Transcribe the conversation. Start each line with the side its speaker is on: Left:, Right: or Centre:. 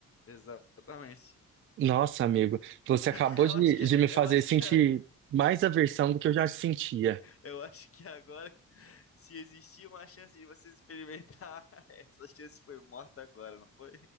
Left: Exatamente.
Right: Nossa, amigo, você acabou
Left: <laughs> Eu
Right: de,
Left: acho que,
Right: de me fazer
Left: eu acho
Right: sentir
Left: que,
Right: mais aversão do que eu já sentia.
Left: eu acho que agora, se existia uma chance de você experimentar, <laughs> essa chance foi morta agora, não foi?